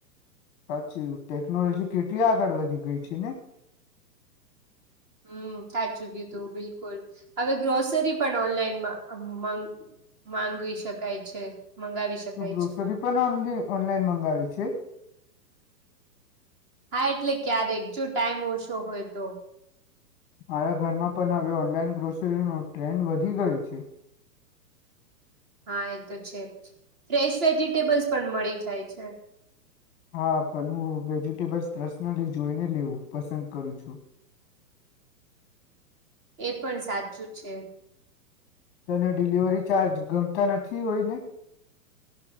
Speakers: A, on the left; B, on the right.
A: સાચી ટેકનોલોજી કેટલી આગળ વધી ગઈ છે ને.
B: હમ સાચુ કિધુ બિલકુલ હવે ગ્રોસરી પણ ઓનલાઈન મગ માંગવી શકાય છે. મંગાવી શકાય
A: તું ગ્રોસરી
B: છે
A: પણ ઓન ઓનલાઈન મંગાવી છે.
B: હા એટલે ક્યારેક જો ટાઈમ ઓછો હોય તો
A: મારા ઘરમાં પણ હવે ઓનલાઈન ગ્રોસરીનો ટ્રેન્ડ વધી ગયો છે.
B: હા એ તો છે ફ્રેશ વેજીિટેબલ્સ પણ મળી જાય છે.
A: હા પણ હું વેજિટેબલ્સ પર્સનલી જોઈને લેવું પસંદ કરું છું.
B: એ પણ સાચું છે.
A: તોને ડિલિવરી ચાર્જ ગમતા નથી હોયને.